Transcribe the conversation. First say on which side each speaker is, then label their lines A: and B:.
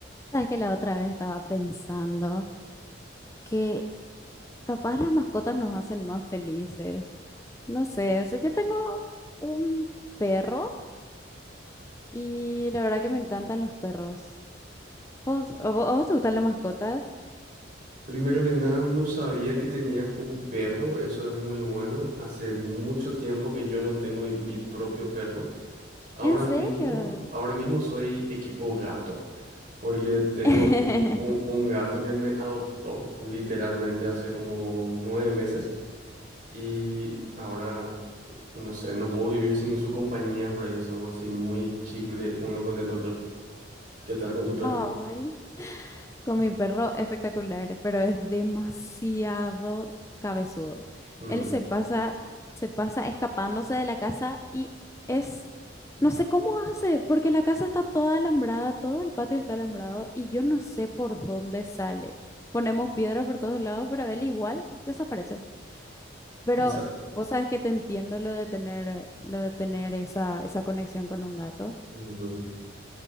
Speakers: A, on the left; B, on the right.
A: Sabes que la otra vez estaba pensando que capaz las mascotas nos hacen más felices. No sé, o sea, yo tengo un perro y la verdad que me encantan los perros. ¿Vos, a vo- a vos te gustan las mascotas?
B: Primero que nada, no sabía que tenías un perro, eso es muy bueno. Hace mucho tiempo que yo no tengo mi, mi propio perro. Ahora
A: ¿En serio?
B: mismo, ahora mismo soy equipo gato, porque tengo
A: <laughs>
B: u- u- u- un, gato que me adoptó literalmente hace como nueve meses y ahora, no sé, no puedo vivir sin su compañía, por ahí somos así muy chicle uno con el otro. ¿Qué tal con tu perro?
A: Ay. Con mi perro espectacular, pero es demasiado cabezudo.
B: Mm.
A: Él se pasa, se pasa escapándose de la casa y es, no sé cómo hace, porque la casa está toda alambrada, todo el patio está alambrado y yo no sé por dónde sale. Ponemos piedra por todos lados, pero él igual desaparece. Pero
B: Y sa-
A: vos sabes que te entiendo lo de tener, eh, lo de tener esa, esa conexión con un gato
B: Ujú.